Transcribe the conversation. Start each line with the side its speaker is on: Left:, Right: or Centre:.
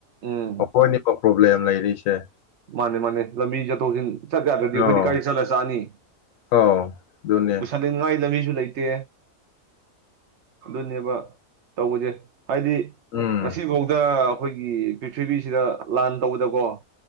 Right: ꯎꯝ
Left: ꯃꯈꯣꯏ ꯣꯏ ꯄꯣꯕ꯭ꯂꯦꯝ ꯂꯩꯔꯤꯦ
Right: ꯃꯥꯅꯦ ꯃꯥꯅꯦ ꯂꯝꯕꯤ ꯆꯠꯊꯣꯛꯁꯤꯟ ꯆꯠꯀ ꯌꯥꯗ꯭ꯔꯗꯤ
Left: ꯑꯥꯎ
Right: ꯑꯩꯈꯣꯏꯗꯤ ꯒꯥꯔꯤ ꯆꯠꯂ ꯆꯥꯛꯑꯅꯤ
Left: ꯑꯥꯎ ꯑꯗꯨꯅꯦ
Right: ꯄꯨꯁꯟꯅꯤꯡꯉꯥꯏ ꯂꯝꯕꯤꯁꯨ ꯂꯩꯇꯦ ꯑꯗꯨꯅꯦꯕ ꯇꯧꯕꯁꯦ ꯍꯥꯏꯗꯤ
Left: ꯎꯝ
Right: ꯉꯁꯤꯐꯥꯎꯗ ꯑꯩꯈꯣꯏꯒꯤ ꯄ꯭ꯔꯤꯊ꯭ꯤꯕꯤꯁꯤꯗ ꯂꯥꯟ ꯇꯧꯕꯗꯀꯣ